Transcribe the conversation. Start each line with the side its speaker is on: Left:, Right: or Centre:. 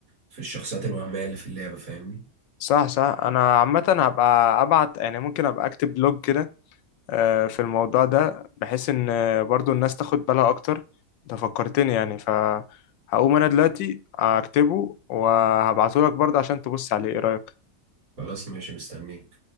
Right: في الشخصيات الوهميه اللي في اللعبه فاهمني
Left: صح صح انا عامة هبقى ابعت يعني ممكن ابقى اكتب بلوج كده آه، في الموضوع ده بحيث ان آه، برضو الناس تاخد بالها اكتر انت فكرتني يعني فهقوم انا دلوقتي اكتبه وهبعته لك برضه عشان تبص عليه ايه رأيك
Right: خلاص ماشي مستنيك